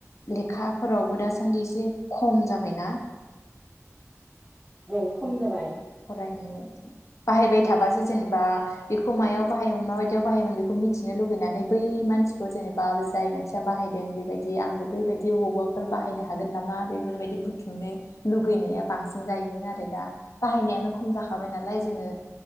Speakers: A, on the left; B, on the right.
A: लेखाफोरावबो दासान्दि एसे खम जाबाय ना।
B: औ खम जाबाय।
A: फरायनो बाहायबाय थाबासो जेनेबा बेखौ मायाव बाहायोमोन माबायदियाव बाहायोमोन बेखौ मिथिनो लुगैनानै बै मानसिखौ जेनेबा जाय मानसिया बाहायदों बेबायदि आंबो बैबायदि अबावबाफोर बाहायनो हागोन नामा बेफोरबायदि बुथुमनो लुगैनाया बांसिन जायोमोन आरो दा बाहायनायानो खम जाखाबाय नालाय जोङो